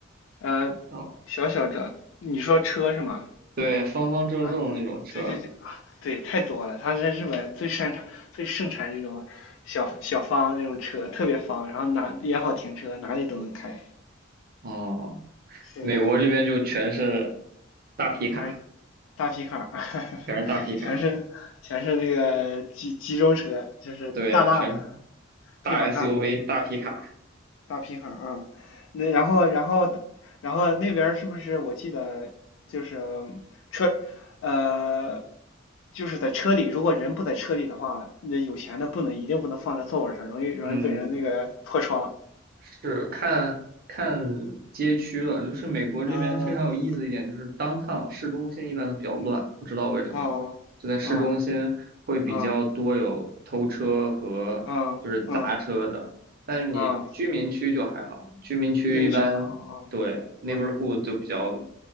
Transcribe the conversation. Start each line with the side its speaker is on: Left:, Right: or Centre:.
Left: 呃，
Right: 哦，
Left: 小小这你说车是吗？
Right: 对，方方正正的那种车。
Left: 啊，对对对啊，对，太多了。他在日本最擅长、最盛产这种小小方那种车，特别方，然后哪也好停车，哪里都能开，
Right: 哦，
Left: 是
Right: 美国这边就全是大皮卡，
Left: 全是大皮卡，<laughs>
Right: 全是大皮卡，
Left: 全是全是那个集集中车，就是大大的，
Right: 对，全大
Left: 地方大，
Right: SUV 大皮卡。
Left: 大皮行啊，那然后然后然后那边儿是不是我记得就是车呃就是在车里，如果人不在车里的话，那有钱的不能一定不能放在座位上，容易容易被人那个破窗。
Right: 嗯，是看看街区了，就是美国这边非常有意思的一点就是当趟市中心一般都比较乱，
Left: 嗯
Right: 不知道为什么，
Left: 嗯嗯
Right: 就在市中心会比较多有偷车和就是砸车的，
Left: 嗯嗯嗯
Right: 但是你居民区就还好，
Left: 嗯，
Right: 居民区一般对
Left: 运气很好啊，
Right: neighborhood
Left: 嗯
Right: 就比较